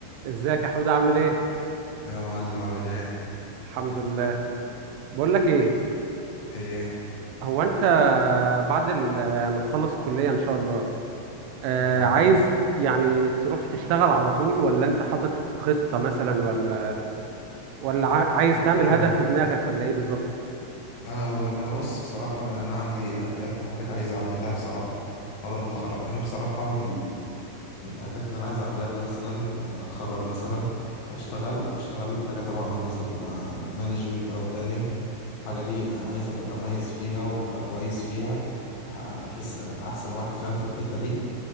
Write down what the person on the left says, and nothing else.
يا معلم عامل ايه
ايه
انا
انا ممكن
اقول
انا اقول لك انا بص بصراحه يعني انا عندي اهداف وحاجات عايز اعملها بصراحه بعد ما اتخرج يعني أنا بصراحه من ال- من الاهداف اللي انا عايز اعملها ان انا مثلا اتخرج مثلا واشتغل واشتغل حاجه تبع هندسه تبقى مانجمنت او بلاننج الحاجه دي انا عايز ابقى اتميز فيها وابقى كويس فيها أح- بحس ابقى احسن واحد فاهم في الحته دي